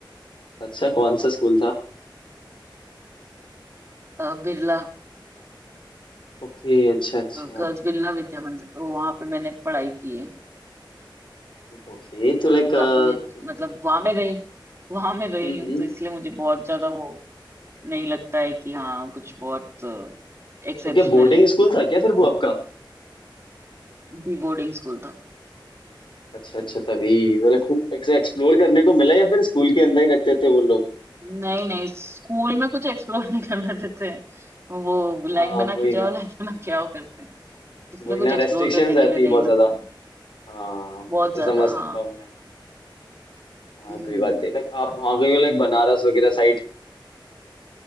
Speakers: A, on the left (about 75°); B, on the right (about 30°).
A: अच्छा कौन सा स्कूल था
B: अ, बिरला
A: ओके अच्छा अच्छा
B: गर्ल्स बिरला विद्या मंदिर तो वहां पे मैंने पढ़ाई की है
A: ओके तो
B: तो
A: लाइक
B: वो
A: हम्म
B: काफी अच्छ- मतलब वहां में रही वहां में रही
A: हम्म।
B: हूँ तो इसलिए मुझे बहुत ज्यादा वो नहीं लगता है कि हाँ कुछ बहुत एक्सेप्शनल
A: तो क्या बोर्डिंग
B: है
A: स्कूल था क्या फिर वो आपका
B: डी बोर्डिंग स्कूल था
A: अच्छा अच्छा तभी मतलब खूब एक्सप्लोर करने को मिला या फिर स्कूल के अंदर ही रखते थे वो लोग
B: नहीं नहीं स्कूल में कुछ एक्सप्लोर नहीं करना देते हैं वो लाइन
A: हाँ
B: बना
A: वही
B: के
A: ना
B: जाओ लाइन बना के आओ करते हैं उसमें
A: वही
B: कुछ
A: ना
B: एक्सप्लोर
A: रेस्ट्रिक्शंस
B: करने के
A: आती
B: लिए नहीं
A: है बहुत
B: मिलता
A: ज्यादा
B: है
A: हाँ वो
B: बहुत
A: तो
B: ज्यादा
A: समझ
B: हाँ
A: सकता हूँ मैं हाँ
B: हम्म
A: कोई बात नहीं लाइक आप वहाँ गए हो लाइक बनारस वगैरह साइड